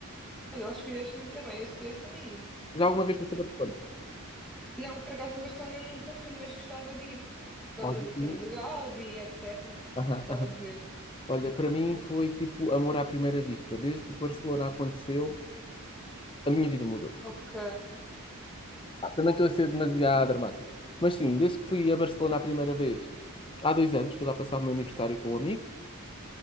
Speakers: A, in the centre; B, on the left (about 25°).
A: olha, acho que fizeste muito bem, eu se pudesse também ir.
B: Já alguma vez pensou para te Olha,
A: Não, por acaso a Barcelona nunca fui, mas gostava de ir. Por
B: olha,
A: causa da cena
B: o-
A: do Gaudi, etc.
B: aham,
A: Gostava
B: aham.
A: de ver.
B: Olha, para mim foi tipo amor à primeira vista. Desde que Barcelona aconteceu, a minha vida mudou.
A: Ok,
B: Pá, também estou a ser demasiado dramático. Mas sim, desde que fui a Barcelona a primeira vez, há dois anos, fui lá passar o meu aniversário com um amigo,